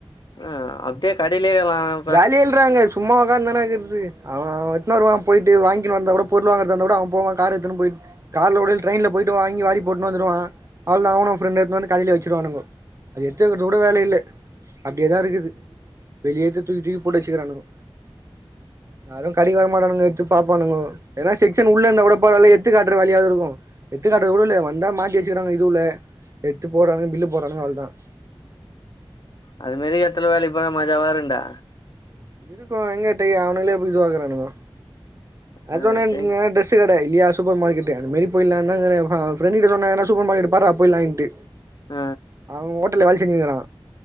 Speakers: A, on the left; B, on the right.
A: ஆ அப்டியே கடையிலே கலாம்
B: ஜாலிய இல்றாங்க சும்மா உக்காந்தான ஆகுது அவ அவ எத்தன வருவா போயிட்டு வாங்கிட்டு வந்தா கூட பொருள் வாங்கற இருந்தா கூட அவங்க போவா கார் எத்தனம் போயி கார்ல உடே ட்ரென்ல போயிட்டு வாங்கி வாரி போட்டு வந்துருவா அவள்தா அவனு ஃப்ரெண்டு எத்து வந்து காலேலே வச்சிருவானுங்கோ அது எடுத்து வக்க கூட வேல இல்லே அப்டியேதா இருக்குது வெளியேடுத்து தூக்கி தூக்கி போட்டு வச்சிக்கிறானுகோ யாரு கடிக்க வரமாட்டானுங்க எத்து பாப்பானுக ஏனா செக்ஷன் உள்ள இருந்தா கூட பரவாயில்ல எத்து காட்ற வேலையாவது இருக்கு எத்துக்காட்டது கூட இல்ல வந்தா மாத்தி வச்சிக்கிறானுக இதுவு உள்ள எடுத்து போறானுங்கர பில்லு போறாங்கு அவளதான்
A: அது மாரி எத்தல வேலை இப்பலா மஜாவா இருண்டா
B: இருக்கு எங்கேட்டேயா அவனுங்களே போய் இதுவாறானுங்கோ அது
A: ஆ
B: உன்னே
A: டென்
B: இங்க ட்ரெஸ் பச்ச கடை இல்லயா சூப்பர் மார்க்கெட் அந்தமரி போய்லான்னுதா இங்ற ஹா பிரண்டு கிட்ட சொன்னா என்ன சூப்பர் மார்க்கெட் பாதா போய்லான்டு
A: அ
B: அவ் ஹோட்டல்ல வேலச் செஞ்சிகிருரானா